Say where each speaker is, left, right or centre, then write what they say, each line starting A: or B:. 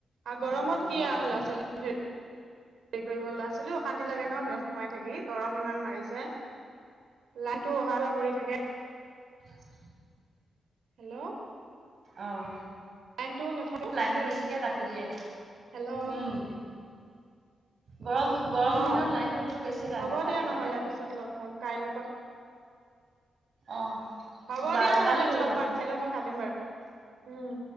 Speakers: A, on the right (about 80°); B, on the right (about 50°).
A: আৰু গৰমত
B: পঢ়িব
A: কি
B: অ
A: আৰু ল'ৰা ছোৱালী হে হেৰি কৰিব ল'ৰা ছোৱালীও শান্তি লাগে ন ভিতৰত সোমাই থাকি গৰম ইমান মাৰিছে লান টো অহা যোৱা কৰি থাকে
B: <unintelligible> <inaudible>
A: হেল্ল'
B: আহ
A: কাৰেণ্টটো নাথাকে
B: লাইনটো বেছিকে কাটি দিয়ে,
A: হেল্ল'
B: উম। গৰম গৰম
A: অ
B: দিনত লাইনটো বোলো বেছি কাটি
A: হ'ব
B: কাটি
A: দিয়া নহ'লে
B: থাকে
A: পিছত লগ পাম কাইলৈ ক-
B: অ
A: হ'ব
B: বাৰু
A: দিয়া নহলে
B: কালি কৰিবা
A: লগ পাম কাইলৈও কথা পাতিম বাৰু। উম